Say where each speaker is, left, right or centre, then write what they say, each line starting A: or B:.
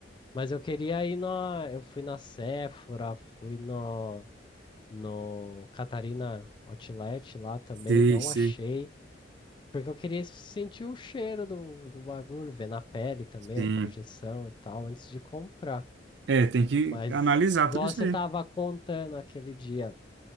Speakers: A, on the left; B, on the right.
A: Mas eu queria ir na, eu fui na Sephora, fui no no Catarina Outlet lá também,
B: sei,
A: não
B: sei.
A: achei. Porque eu queria sentir o cheiro do, do bagulho, ver na pele também,
B: Sim.
A: a projeção e tal, antes de comprar.
B: É, tem que
A: Mas,
B: analisar
A: igual
B: tudo isso
A: você
B: aí.
A: tava contando aquele dia,